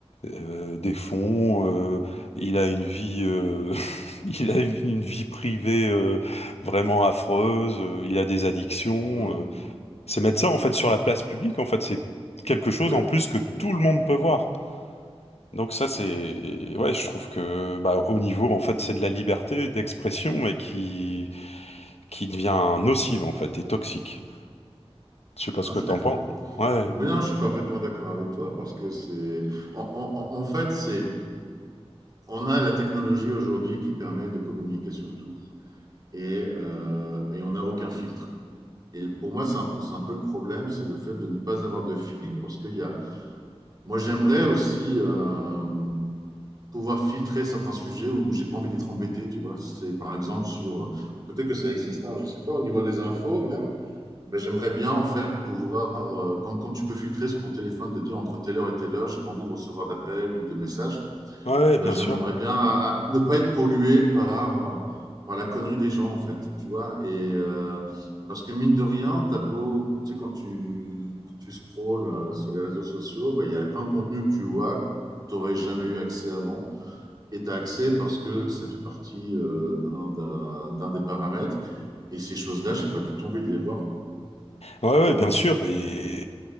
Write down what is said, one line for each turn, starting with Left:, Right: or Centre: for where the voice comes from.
Left: euh, des fonds, euh, il a une vie, euh, <laughs> il a une une vie privée euh, vraiment affreuse, euh, il a des addictions.
Right: mm.
Left: euh. C'est mettre ça en fait sur la place publique, en fait, c'est quelque chose
Right: Oui,
Left: en plus que tout le monde peut voir. Donc ça, c'est, ouais, je trouve que bah, au niveau, en fait, c'est de la liberté d'expression, mais qui, qui devient nocive, en fait, et toxique. Je sais pas ce
Right: non,
Left: que
Right: je suis
Left: t'en
Right: d'accord.
Left: penses. Ouais,
Right: Mais non, je suis parfaitement d'accord avec toi parce que c'est, en, en- en fait, c'est, on a la technologie aujourd'hui qui permet de communiquer sur tout et, euh, et on n'a aucun filtre. Et pour moi, c'est un peu, c'est un peu le problème, c'est le fait de ne pas avoir de filtre parce qu'il y a Moi, j'aimerais aussi euh, pouvoir filtrer certains sujets où j'ai pas envie d'être embêté, tu vois. C'est par exemple sur, euh, peut-être que ça existe, hein, je sais pas, au niveau des infos même, mais j'aimerais bien en fait pouvoir, euh, comme, comme tu peux filtrer sur ton téléphone, de dire entre telle heure et telle heure, j'ai pas envie de recevoir d'appels ou de messages
Left: ouais, ouais,
Right: eh ben,
Left: bien
Right: j'aimerais
Left: sûr.
Right: bien à- à ne pas être pollué par, par la connerie des gens, en fait, tu vois. Et, euh, parce que mine de rien, t'as beau, tu sais, quand tu, quand tu scrolles euh, sur les réseaux sociaux, bah, il y a plein de contenus que tu vois, que t'aurais jamais eu accès avant. Et t'as accès parce que ça fait partie euh, d'un d'un- d'un des paramètres. Et ces choses-là, j'ai pas du tout envie de les voir, quoi.
Left: Ouais,
Right: Donc,
Left: ouais, bien sûr. Et